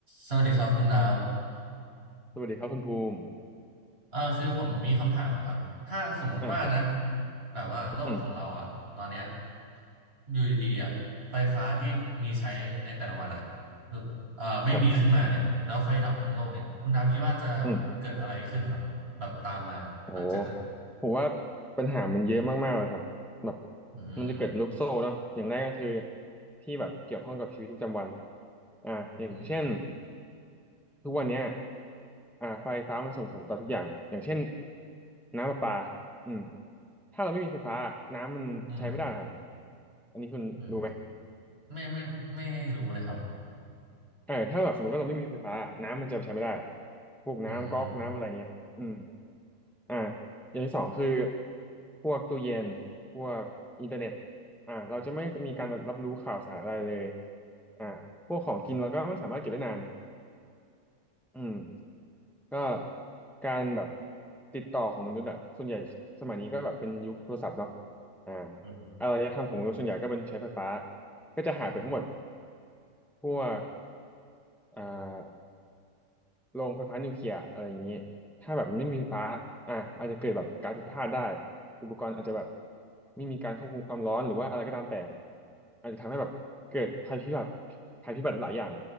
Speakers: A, on the right; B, in the centre.
A: สวัสดีครับคุณดาบ
B: สวัสดีครับคุณภูมิ
A: เอ่าคือผมมีคำถามอะครับ ถ้าสมมุติว่านะ
B: อ่าครับ
A: แบบว่าโลกของเราอะตอนเนี้ย
B: อืม
A: อยู่ดีๆอะไฟฟ้าที่มีใช้ในแต่ละวันอะเอ่าไม่มีขึ้นมาเนี่ยแล้วไฟดับทั้งโลกเนี่ยคุณดาบคิดว่าจะ
B: ครับอืม
A: เกิดอะไรขึ้นเหรอครับแบบตามมาหลังจากนั้น
B: โอ้โหผมว่าปัญหามันเยอะมากๆเลยครับแบบ
A: อืม
B: มันจะเกิดเป็นลูกโซ่เนาะอย่างแรกก็คือที่แบบเกี่ยวข้องกับชีวิตประจำวันอ่าอย่างเช่น
A: อืม
B: ทุกวันเนี้ยอ่าไฟฟ้ามันส่งผลต่อทุกอย่าง อย่างเช่นน้ำประปาอืมถ้าเราไม่มีไฟฟ้าน้ำมันใช้ไม่ได้นะครับ
A: อืม
B: อันนี้คุณรู้ไหม
A: อืมไม่ไม่ไม่รู้เลยครับ
B: เออถ้าแบบสมมติว่าเราไม่มีไฟฟ้าน้ำมันจะใช้ไม่ได้พวกน้ำก๊อกน้ำอะไรเงี้ยอืม
A: อืม
B: อ่าอย่างที่สองคือพวกตู้เย็นพวกอินเทอร์เน็ตอ่าเราจะไม่มีการรับรู้ข่าวสารอะไรเลยอ่าพวกของกินเราก็ไม่สามารถเก็บได้นานอืมก็การแบบติดต่อของมนุษย์อะส่วนใหญ่สมัยนี้ก็แบบเป็นยุคโทรศัพท์เนาะอ่า
A: อืม
B: อารยธรรมของมนุษย์ส่วนใหญ่ก็เป็นใช้ไฟฟ้าก็จะหายไปทั้งหมดพวกอ่า โรงไฟฟ้านิวเคลียร์อะไรอย่างนี้ถ้าแบบไม่มีไฟฟ้าอ่ะอาจจะเกิดแบบการผิดพลาดได้อุปกรณ์อาจจะแบบไม่มีการควบคุมความร้อนหรือว่าอะไรก็ตามแต่อาจจะทำให้แบบเกิดภัยพิบัติภัยพิบัติหลายๆอย่าง